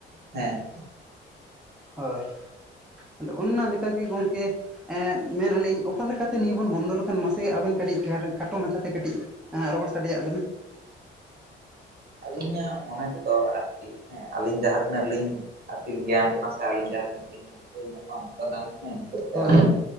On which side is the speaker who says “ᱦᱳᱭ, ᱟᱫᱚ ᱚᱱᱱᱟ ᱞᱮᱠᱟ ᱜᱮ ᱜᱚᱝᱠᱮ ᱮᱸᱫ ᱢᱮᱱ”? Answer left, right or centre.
Centre